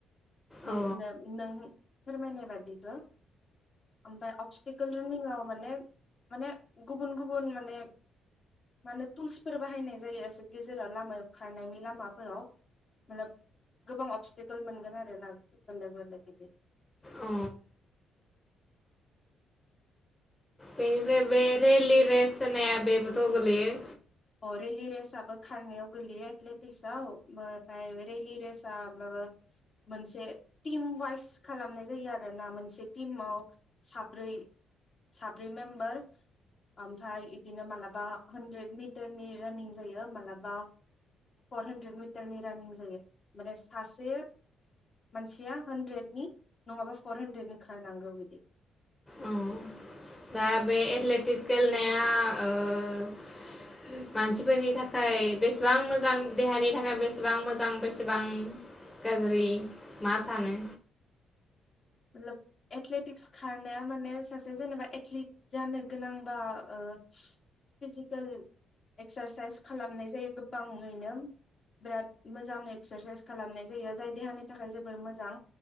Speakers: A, on the left (about 40°); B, on the left (about 15°).
A: बिदि
B: औ
A: नों नों फोरमायनाय बादिखौ ओमफाय अबस्टिक कोल रोनिंआव माने माने गुबुन गुबुन माने मानो टुल्सफोर बाहायनाय जायो ओसे गेजेराव लामायाव खारनायनि लामाफोराव मतलब गोबां अबस्टिकेल मोनगोन आरो ना बेलेक बेलेक बिदि।
B: औ बेनिफ्राय बे रेलि रेस होननाया बेबोथ' गोलैयो।
A: अ रेलि रेसआबो खारनायाव गोग्लैयो एथलेटिक्सआव ओ फाय रेलि रेस आ माबा मोनसे टिम वाइस खालामनाय जायो आरोना मोनसे टिमआव साब्रै साब्रै मेम्बार ओमफाय इदिनो मालाबा हानड्रेड मि टारनि रानिं जायो मालाबा फर हानड्रेद मिटारनि रानिं जायो माने सासे मानसिया हानड्रेदनि नङाबा फर हानड्रेदनि खारनांगौ बिदि।
B: औ दा बे एथलेटिक्स गेलेनाया ओ मानसिफोरनि थाखाय बेसेबां मोजां देहानि थाखाय बेसेबां मोजां बेसेबां गाज्रि मा सानो?
A: मतलब एथलेटिक्स खारनाया माने सासे जेनेबा एथलिट जानो गोनांबा ओ फिजिकेल एक्सारसाइस खालामनाय जायो गोबाङैनो बिराद मोजां एक्सारसाइस खालामनाय जायो जाय देहानि थाखाय जोबोर मोजां